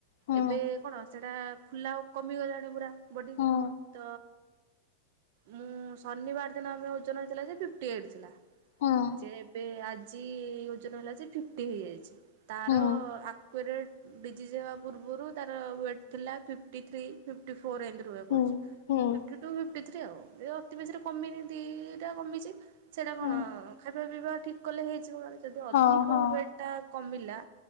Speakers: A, on the left; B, on the right.
A: ହୁଁ
B: ଏବେ କଣ? ସେଇଟା ଫୁଲା ଆଉ କମିଗଲାଣି ପୁରା ବଡ଼ି
A: ହୁଁ
B: ତ ମୁଁ ଶନିବାର ଦିନ ଆମେ ଓଜନ ହେଇଥିଲା ଯେ ଫିଫ୍ଟି ଏଇଟି ଥିଲା।
A: ହୁଁ।
B: ଯେ ଏବେ ଆଜି ଓଜନ ହେଲା ଯେ ଫିଫ୍ଟି ହେଇଯାଇଛି ତାର
A: ହୁଁ।
B: କୂରେ ଡିଜିଯି ହେବା ପୂର୍ବରୁ ତାର ୱେଟ୍ ଥିଲା fifty three fifty four Amit ରୁହେ
A: ହୁଁ
B: କହିଛି।
A: ହୁଁ
B: ଫିଫ୍ଟି ଟୁ ଫି ଫର୍ଟିଥ୍ରୀ ଆଉ ଅତି ବେଶୀରେ କମିନି ଦିଟା କମିଛି ସେଇଟା
A: ହୁଁ
B: କଣ ବିବା ଠିକ କଲେ ହେଇଯିବ ଯଦି ଅଧିକ
A: ହଁ ହଁ
B: ୱଟ ଟା କମିଲା।